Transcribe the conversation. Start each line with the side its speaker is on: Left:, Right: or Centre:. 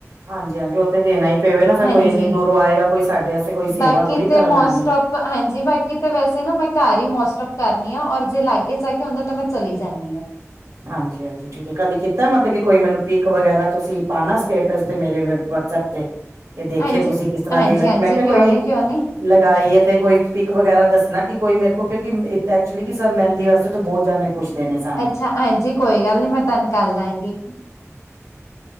Right: ਹਾਂਜੀ ਹਾਂਜੀ, ਉਹ ਤੇ ਦੇਣਾ ਹੀ ਪਵੇ ਨਾ, ਫੇਰ
Left: ਹਾਂਜੀ
Right: ਕੋਈ ਇੰਨੀ ਦੂਰੋਂ ਆਏਗਾ ਕੋਈ ਸਾਡੇ ਆਸਤੇ ਕੋਈ ਸੇਵਾ
Left: ਬਾਕੀ
Right: ਥੋੜੀ
Left: ਤੇ
Right: ਕਰਨ
Left: ਮੋਸਟ
Right: ਆਉਣੀ ਐ।
Left: ਆਫ ਹਾਂਜੀ, ਬਾਕੀ ਤਾਂ ਵੈਸੇ ਨਾ ਮੈਂ ਘਰ ਹੀ ਮੋਸਟ ਆਫ ਕਰਨੀ ਆ, ਔਰ ਜੇ ਲਾਗੇ ਚਾਗੇ ਹੁੰਦਾ ਤਾਂ ਮੈਂ ਚਲੀ ਜਾਂਦੀ ਆ।
Right: ਹਾਂਜੀ ਹਾਂਜੀ ਠੀਕ ਹੈ ਕਦੀ ਕਿ ਕੀਤਾ ਮਤਲਬ ਕੀ ਕੋਈ ਮੈਨੂੰ ਪਿਕ ਵਗੈਰਾ ਤੁਸੀਂ ਪਾਉਣਾ ਸਟੇਟਸ ਤੇ ਮੇਰੇ ਵਟਸਪ ਤੇ ਤੇ ਦੇਖੀਏ
Left: ਹਾਂਜੀ
Right: ਤੁਸੀਂ ਕਿਸ ਤਰ੍ਹਾਂ
Left: ਹਾਂਜੀ
Right: ਦੀ ਮੈਂ
Left: ਹਾਂਜੀ
Right: ਕਿਹਾ
Left: ਕਿਉਂ
Right: ਕੋਈ
Left: ਨੀ ਕਿਉਂ ਨੀ
Right: ਲਗਾਈ ਹੈ ਤੇ ਕੋਈ ਪਕ ਵਗੈਰਾ ਦੱਸਣਾ ਕਿ ਕੋਈ ਮੇਰੇ ਕੋਲ ਕਿਉਂਕਿ ਐਕਚੁਲੀ ਕਿ ਸਭ ਮਹਿੰਦੀ ਵਾਸਤੇ ਤਾਂ ਬਹੁਤ ਜਾਦੇ ਪੁੱਛਦੇ ਨੇ <unintelligible>
Left: ਅੱਛਾ ਹਾਂਜੀ ਕੋਈ ਗੱਲ ਨੀ ਮੈਂ ਤੁਹਾਨੂੰ ਕਰ ਦਵਾਂਗੀ